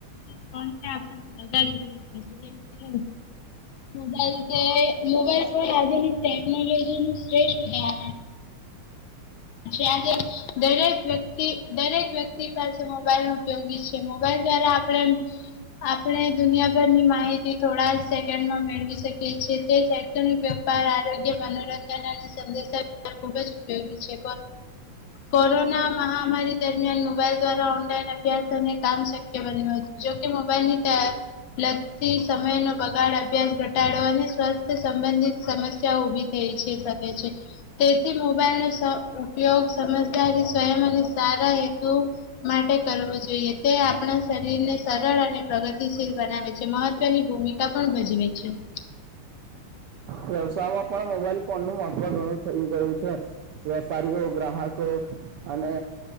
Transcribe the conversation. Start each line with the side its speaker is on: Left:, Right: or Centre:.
Left: કોણ છે આપણને બગાડી ગેું ડસન કર મોબાઈલ મોબાઈલ ફોન આજેની ટેકનોલોજી નું શ્રેષ્ઠ ઉદાહરણ છે આજે દરેક વ્યક્તિ દરેક વ્યક્તિ પાસે મોબાઈલ ન ઉપયોગી છે મોબાઈલ દ્વારા આપણે આપણે દુનિયાભરની માહિતી થોડા સેકન્ડ માં મેળવી શકીએ છીએ તે વપાર આરોગ્ય મનોરંજન અને સંેશ ખૂબ ઉપયોગી છે કોરોના મહામારી દરમિયાન મોબાઈલ દ્વારા ઓનલાઈન અભ્યાસ અને કામ શક્ય બન્યું હતું જોકે મોબાઈલની લગતી સમય નો બગાડ અભ્યાસ ઘટાડો અને સ્વસ્થ સંબંધિત સમસ્યાઓ ઉભી થઈ જ શકે છે તેથી મોબાઈલ ઉપયોગ સમજદારી સ્વયં અને સારા હેતુ માટે કરવો જોઈએ તે આપણે શરીરને સરળ અને પ્રગતિશીલ બનાવે છે મહત્વની ભૂમિકા પણ ભજવે છે <inaudible>
Right: વ્યવસાયમાં પણ મોબાઈલ ફોન નું મહત્વ ઘણું થઈ ગયું છે વેપારીઓ ગ્રાહકો અને